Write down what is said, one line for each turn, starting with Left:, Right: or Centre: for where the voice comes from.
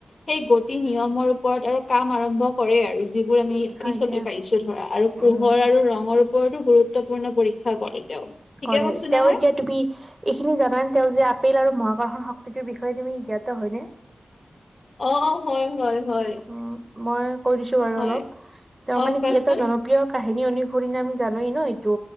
Left: সেই গতি নিয়মৰ ওপৰত আৰু কাম আৰম্ভ কৰে আৰু। যিবোৰ আমি
Right: হয়
Left: পিছলৈ
Right: দিয়া।
Left: পাইছো ধৰা আৰু পোহৰ
Right: উম,
Left: আৰু ৰঙৰ ওপৰতো গুৰুত্বপূৰ্ণ পৰীক্ষা কৰে। তেওঁ ঠিকে
Right: কৰে
Left: কৈছো
Right: তেওঁ
Left: নে মই
Right: এতিয়া তুমি এইখিনি জানান তেওঁ যে আপেল আৰু মাগ সন শক্তিটোৰ বিষয়ে তুমি জ্ঞাত হয়নে?
Left: অ', হয়, হয়, হয়।
Right: উম, মই কৈ দিছো বাৰু
Left: হয়
Right: অলপ তেওঁ
Left: অ
Right: মানে
Left: কোৱাচোন
Right: কি এটা জনপ্ৰিয় কাহ নি অনুসৰি না আমি জনোৱা ন' এইটো